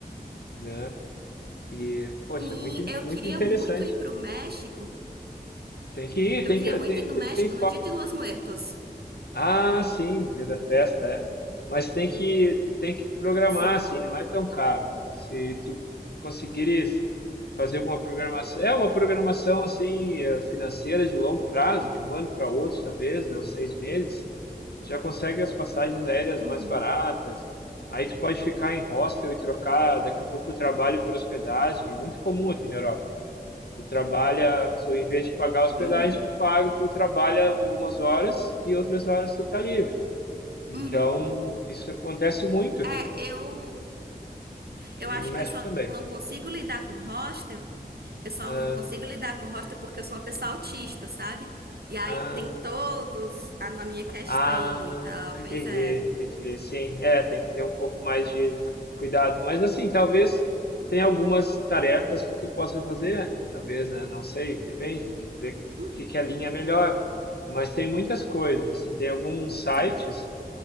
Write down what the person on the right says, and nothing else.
sim.
Eu
queria
muito ir pro México.
Eu
queria
muito
ir no
México
no dia de Los Muertos.
Sim.
É?
Uhum,
uhum,
uhum.
É, eu, eu
acho
que eu só
não consigo lidar com hostel. Eu só
não consigo lidar com hostel porque eu sou uma pessoa autista, sabe? E aí
tem todos a, na minha questão
e tal.
Pois é.
Uhum,
sim.